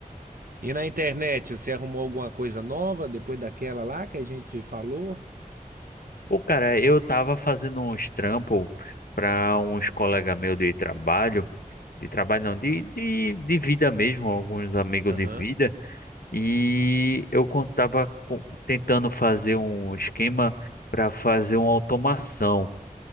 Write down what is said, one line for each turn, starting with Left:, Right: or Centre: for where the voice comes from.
Right: E na internet, você arrumou alguma coisa nova depois daquela lá que a gente falou?
Left: Pô, cara, eu tava fazendo uns trampos para uns colegas meus de trabalho, de trabalho não, de, de, de vida mesmo, alguns amigos
Right: Aham.
Left: de vida, e eu con- tava co- tentando fazer um esquema para fazer uma automação.